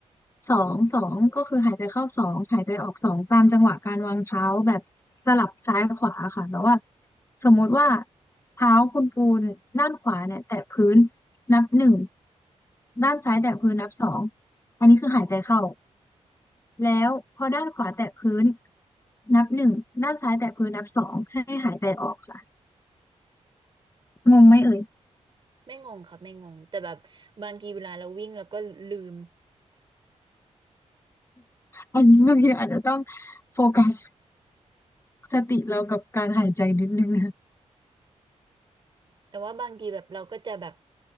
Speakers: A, on the left (about 20°); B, on the right (about 40°).
A: สองสองก็คือหายใจเข้าสองหายใจออกสองตามจังหวะการวางเท้าแบบสลับซ้ายขวาค่ะแต่ว่าสมมุติว่าเท้าคุณปูนด้านขวาเนี่ยแตะพื้นนับหนึ่งด้านซ้ายแตะพื้นนับสองอันนี้คือหายใจเข้าแล้วพอด้านขวาแตะพื้นนับหนึ่งด้านซ้ายแตะพื้นนับสองให้หายใจออกค่ะงงไหมเอ่ย
B: ำไม่งงค่ะไม่งงแต่แบบบางทีเวลาเราวิ่งเราก็ลืม
A: อันนี้ <laughs> บางทีอาจจะต้องโฟกัส สติเรากับการหายใจนิดนึงนะ
B: แต่ว่าบางทีแบบเราก็จะแบบ